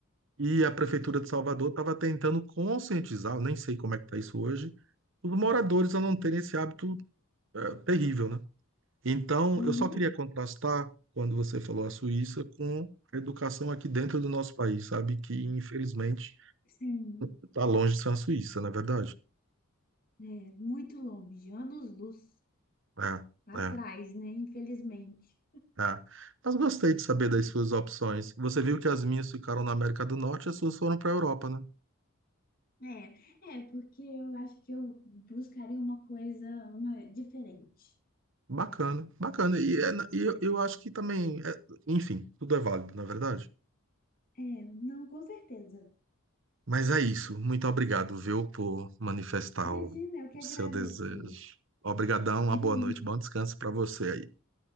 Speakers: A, on the right; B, on the left.
A: E a prefeitura de Salvador estava tentando conscientizar, eu nem sei como é que está isso hoje, os moradores a não terem esse hábito eh, terrível, né? Então,
B: uhum,
A: eu só queria contrastar quando você falou a Suíça com a educação aqui dentro do nosso país, sabe? Que infelizmente
B: sim,
A: está longe de ser a Suíça, não é verdade?
B: é, muito longe, anos-luz
A: É,
B: atrás,
A: é.
B: né? Infelizmente.
A: Tá. Mas gostei de saber das suas opções. Você viu que as minhas ficaram na América do Norte e as suas foram para a Europa, né?
B: É, é, porque eu acho que eu buscaria uma coisa uma, diferente.
A: Bacana, bacana. E, é- e eu, eu acho que também, é- enfim, tudo é válido, na verdade.
B: É, não, com certeza.
A: Mas é isso. Muito obrigado, viu, por manifestar
B: Imagina,
A: o
B: eu que agradeço.
A: seu desejo. Obrigadão, uma
B: <laughs>
A: boa noite, bom descanso para você aí.